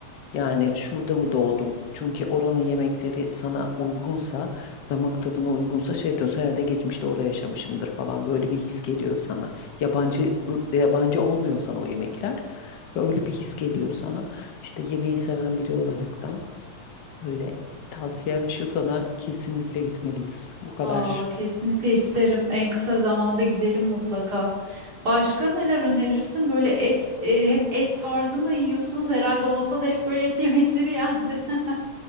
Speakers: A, on the left; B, on the right.
A: Yani şurada mı doğdum? Çünkü oranın yemekleri sana uygunsa, damak tadına uygunsa şey diyorsun herhalde geçmişte orada yaşamışımdır falan. Böyle bir his geliyor sana. Yabancı yabancı olmuyor sana o yemekler. Ve öyle bir his geliyor sana. İşte yemeği seven biri olaraktan öyle tavsiyem şu sana kesinlikle gitmeliyiz. Bu kadar.
B: Aa, kesinlikle isterim en kısa zamanda gidelim mutlaka. Başka neler önerirsin? Böyle et, e, hep et tarzı mı yiyorsunuz? Herhalde o masada hep böyle et yemekleri yendi. <laughs>